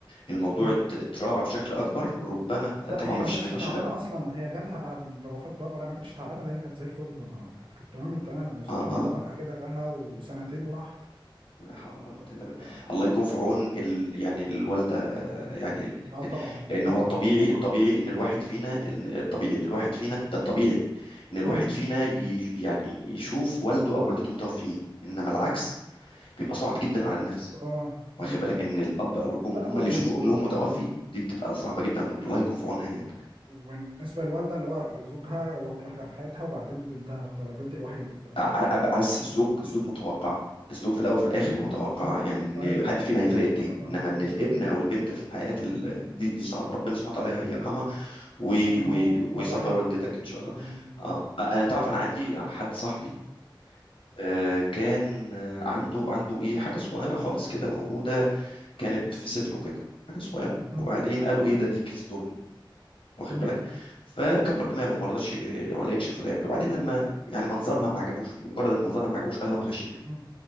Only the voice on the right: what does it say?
مم.
لا
هي
ما
كانتش
تعبانه
اصلا هي جالها بعد م- بوفاه بابا لا ما كانتش تعبانه ده هي كانت زي الفل كانت كانت تمام التمام سبحان
الله فجاه كده جالها وسنتين وراحت
ف...
اه طبعا
طبعا
طبعا
مهم.
اه
مم.
لا
و...
و-
وبالنسبه للوالده اللي هو زوجها هو كل حاجه في حياتها وبعدين بنتها فالبنت الوحيده فطبعا
ربنا
يديها الصحه
مم.
مم.
ايوه
طبعا
صحيح
صحيح
الله يرحمه
ما يوري
حد
يعني
ف... مم.
مم.
مم.
مم.